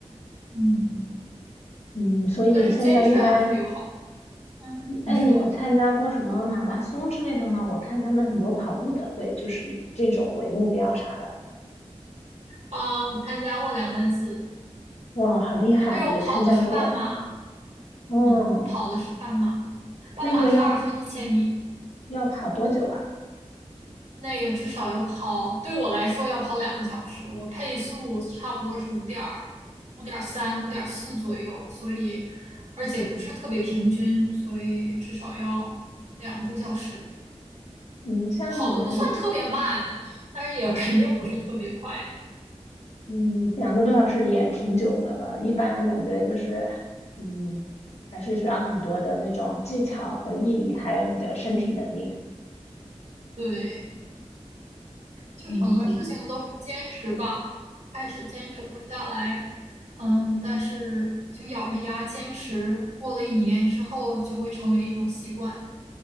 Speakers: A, on the right; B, on the left.
A: 嗯，
B: 嗯，所以你现在一般，
A: 但是坚持还是有好处。嗯，你说
B: 哎，你有参加过什么马拉松之类的吗？我看他们很多跑步的会就是以这种为目标啥的。
A: 啊，我参加过两三次，
B: 哇，好厉害，
A: 但是我跑的是半马，
B: 也参加过。哦，
A: 嗯，我跑的是半马，半马是二十一千米，
B: 那个要要跑多久啊？
A: 那个至少要跑，对我来说要跑两个小时，我配速差不多是五点五点三、五点四左右，所以而且不是特别平均，所以至少要两个多小时。
B: 嗯，像你们。
A: 跑的不算特别慢，但是也肯定不是特别快。
B: 嗯，两个多小时也挺久的了。一般感觉就是，嗯，还是需要很多的那种技巧和毅力，还有你的身体能力。
A: 对，就什么事情都是坚持吧，
B: 嗯，
A: 开始坚持不下来，嗯，但是就咬着牙坚持，过了一年之后就会成为一种习惯。